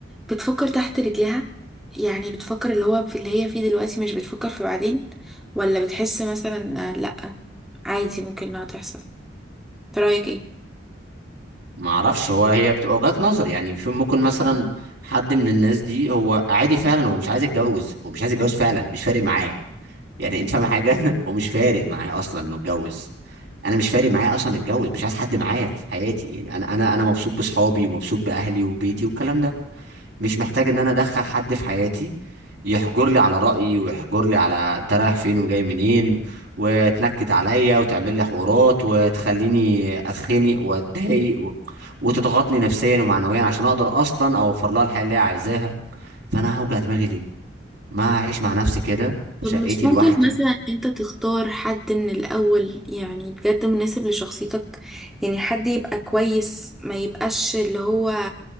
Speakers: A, in the centre; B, on the right.
A: بتفكر تحت رجلها يعني بتفكر اللي هو في اللي هي فيه دلوقتي مش بتفكر في بعدين ولا بتحس مثلا آه، لا عادي ممكن انها تحصل انت رايك ايه
B: ما اعرفش هو هي بتبقى وجهات نظر يعني في ممكن مثلا حد من الناس دي هو عادي فعلا هو مش عايز يتجوز هو مش عايز يتجوز فعلا مش فارق معاه يعني انت فاهم حاجة <laughs> هو مش فارق معاه اصلا انه يتجوز انا مش فارق معايا اصلا اتجوز مش عايز حد معايا في حياتي يعني انا انا انا مبسوط بصحابي ومبسوط باهلي وبيتي والكلام ده مش محتاج ان انا ادخل حد في حياتي يحجر لي على رأيي ويحجر لي على انت رايح فين وجاي منين وتنكد عليا وتعمل لي حوارات وتخليني اتخنق واتضايق و... وتضغطني نفسيا ومعنويا عشان اقدر اصلا اوفر لها الحياة اللي هي عايزاها فانا هوجع دماغي ليه ما اعيش مع نفسي كده في
A: طب
B: شقتي
A: مش ممكن
B: لوحدي
A: مثلا إن انت تختار حد من الاول يعني بجد مناسب لشخصيتك يعني حد يبقى كويس ما يبقاش اللي هو